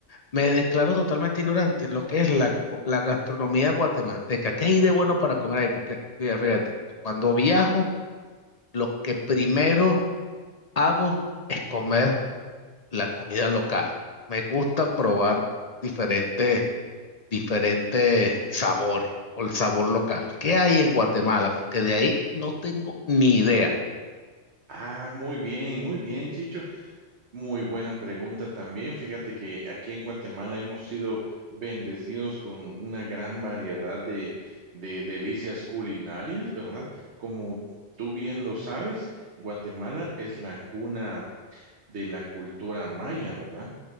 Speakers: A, on the left (about 45°); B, on the right (about 65°).
A: me declaro totalmente ignorante en lo que es la, co- la gastronomía guatemalteca. ¿Qué hay de bueno para comer ahí? Porque, mira, fíjate, cuando viajo, lo que primero hago es comer la comida local. Me gusta probar diferentes diferentes sabores o el sabor local. ¿Qué hay en Guatemala? Porque de ahí no tengo ni idea.
B: Ah, muy bien, muy bien, Chicho. Muy buena pregunta también. Fíjate que aquí en Guatemala hemos sido bendecidos con una gran variedad de, de delicias culinarias, ¿verdad? Como tú bien lo sabes, Guatemala es la cuna de la cultura maya, ¿verdad?